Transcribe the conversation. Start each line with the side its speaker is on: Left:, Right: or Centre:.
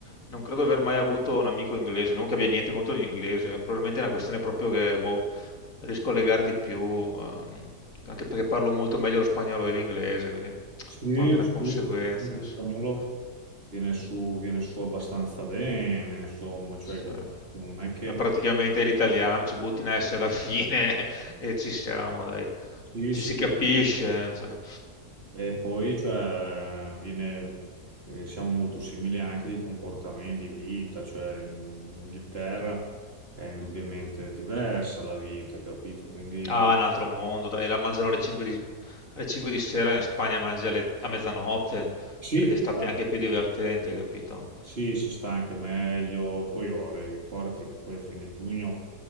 Left: Non credo di aver mai avuto un amico inglese, non che abbia niente contro gli inglesi, eh, probabilmente è una questione proprio che boh, riesco a legare di più, ehm, anche perché parlo molto meglio lo spagnolo dell'inglese, quindi un
Right: Sì,
Left: po' anche una
Right: sì,
Left: conseguenza,
Right: sì, il fondo
Left: insomma.
Right: spagnolo viene su, viene su abbastanza bene, insomma, cioè
Left: Sì.
Right: non è che...
Left: È praticamente l'italiano, ci butti in S alla fine <laughs> e ci siamo, dai.
Right: Sì,
Left: Ci
Right: sì,
Left: si capisce.
Right: sì.
Left: cioè.
Right: E poi, cioè, viene, eh, siamo molto simili anche di comportamenti, di vita, cioè in, in Inghilterra è indubbiamente diversa la vita, capito? Quindi
Left: Ah, è un altro mondo, dai, la mangiano alle 5 di, alle 5 di sera, in Spagna mangi alle- a mezzanotte,
Right: sì,
Left: che d'estate è anche più divertente, capito?
Right: Sì, si sta anche meglio. Poi ora, ricordi che poi a fine giugno